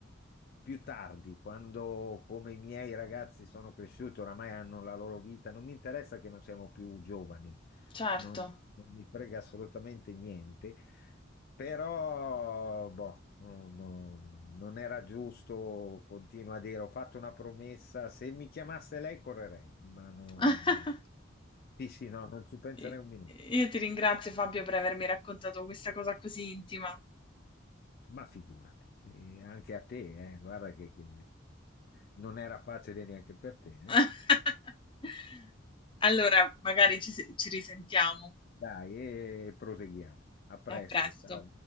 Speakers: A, on the left (about 50°); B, on the left (about 25°).
A: più tardi, quando come i miei ragazzi sono cresciuti, oramai hanno la loro vita, non mi interessa che non siamo più giovani,
B: certo.
A: non, non mi frega assolutamente niente, però boh, no- no- non era giusto, continuo a dire, ho fatto una promessa, se mi chiamasse lei correrei, ma non...
B: <laughs>
A: Sì, sì, no, non ci penserei
B: I
A: un minuto.
B: io ti ringrazio Fabio per avermi raccontato questa cosa così intima.
A: Ma figurati, eh, anche a te, eh, guarda che, che non era facile neanche per te, eh.
B: <laughs> Allora, magari ci se ci risentiamo.
A: Dai, e proseguiamo. A presto,
B: A presto.
A: ciao.